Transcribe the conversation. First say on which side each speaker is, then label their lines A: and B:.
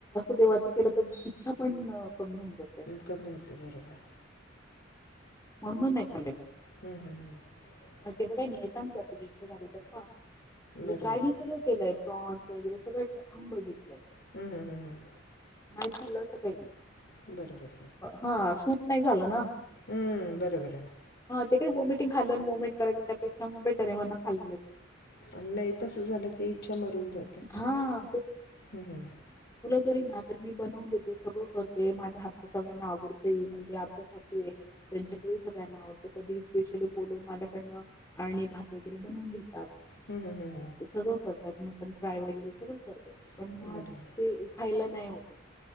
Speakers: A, on the left (about 15°); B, on the left (about 55°).
A: देवाच केलं तर इच्छा पण कमी होऊन जात.
B: कमी होते, बरोबर.
A: म्हणन म नाही खालेलं.
B: हम्म, हम्, हम्.
A: बाकीचं काय नाही, सांग तुझी इच्छा झाली तर खा मजे,
B: बरोबर
A: ट्राय
B: आहे
A: मी सगळ केलंय. प्रॉन्स वगैरे सगळं खाऊन बघितलंय.
B: हम्म, हम्म, हम् हम्.
A: नाही खाल्लं असं काही नाही.
B: बरोबर.
A: हा, सूट नाही झाल ना.
B: हम्म, बरोबर आहे ना.
A: ते काही वॉमिटि खाल्लं, वॉमिट कयचं त्यापेक्ष म बेटर आहे म खाल.
B: आणि नाही तसं झालं की इच्छा मरून जाते.
A: हा
B: हम्, हम्.
A: तरी मी आता बनवून देते, सगळं करते माझ्या हात. सगळ्यांना आवडतं हि,, म्हणजे आता सासू आहे त्, यांच्याकडे हि सगळ्यांना आवडतं, कधी स्पेशली बोलून. कडनं, आणि भात वगैरे बनवून घेतात.
B: हम्म, हम्म, हम्म,
A: सगळं करतात, मटन फ्राय वगैरे सगळं करतात. पण
B: हम्म.
A: मग
B: बरोबर
A: ते खायला नाही होत.